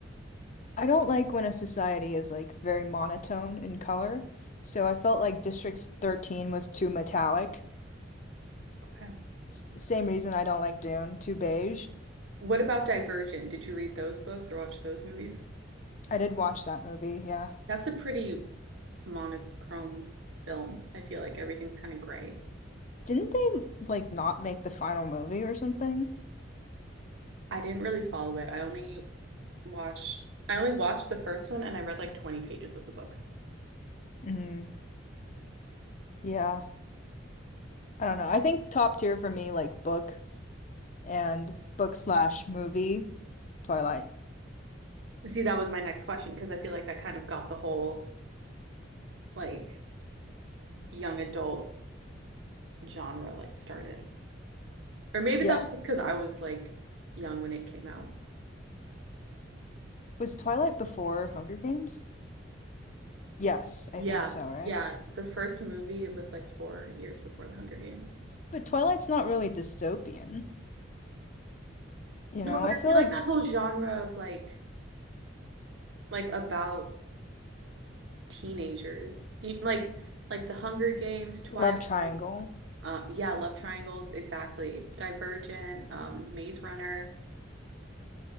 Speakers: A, on the left; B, on the right.
A: I don't like when a society is like very monotone in color. So I felt like District 13 was too metallic.
B: Okay.
A: S- same reason I don't like Dune, too beige.
B: What about Divergent? Did you read those books or watch those movies?
A: I did watch that movie, yeah.
B: That's a pretty monochrome film. I feel like everything's kind of gray.
A: Didn't they like not make the final movie or something?
B: I didn't really follow it. I only watched I only watched the first one and I read like 20 pages of the book.
A: Mm, yeah, I don't know. I think top tier for me, like book and book slash movie, Twilight.
B: See, that was my next question because I feel like that kind of got the whole like young adult genre like started. Or maybe
A: Yeah.
B: that's because I was like young when it came out.
A: Was Twilight before Hunger Games? Yes, I
B: Yeah,
A: think so, right?
B: yeah. The first movie it was like four years before The Hunger Games.
A: But Twilight's not really dystopian. You
B: No,
A: know,
B: but
A: I feel
B: I feel
A: like
B: like that whole genre of like like about teenagers, You- like like The Hunger Games, Twilight,
A: Love Triangle.
B: uh, yeah, love triangles, exactly. Divergent, um, Maze Runner.